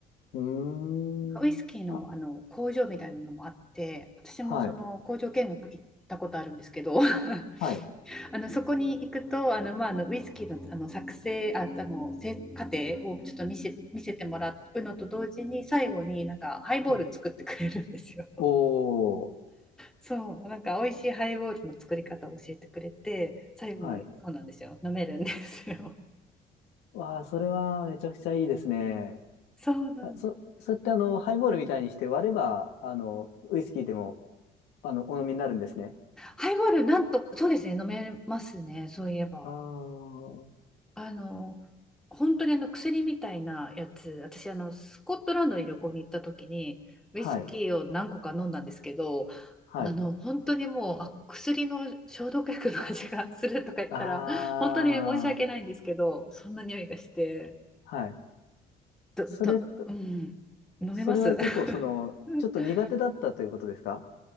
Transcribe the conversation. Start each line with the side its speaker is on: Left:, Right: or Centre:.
Left: うーん。
Centre: ウイスキーの、
Left: あ、
Centre: あの工場みたいなのもあって、私もその工場見学行ったことあるんですけど、
Left: はい。
Centre: <laughs>
Left: はい。
Centre: あのそこに行くと、あのまあ、あのウイスキーの、あの作成、あ、あのせ過程をちょっと見せ、見せてもらうのと同時に、最後になんかハイボール作ってくれるんですよ。
Left: はい。おー、
Centre: そう、なんか美味しいハイボールの作り方を教えてくれて、最後にそうなんですよ、
Left: はい。
Centre: 飲めるんですよ。
Left: わあ、それはめちゃくちゃいいですね。
Centre: <laughs> そうなんです。
Left: あ、そ、それってあの、ハイボールみたいにして割れば、あの、ウイスキーでも、あの、お飲みになるんですね。
Centre: ハイボール、なんと、そうですね、飲めますね、そういえば。
Left: ああ、は
Centre: あの、本当にあの薬みたいなやつ、私、あの、スコットランドに旅行に行った時に、ウイスキーを何個か飲んだんですけど、
Left: い、はい。
Centre: あの、本当にもう、あ、薬の消毒薬の味がするとか言ったら、
Left: ああ、
Centre: 本当に申し訳ないんですけど、そんな匂いがして、
Left: はい。
Centre: どど、
Left: それ、
Centre: うん、飲めます。
Left: それは結構その、
Centre: <laughs>
Left: ちょっと苦手だったということですか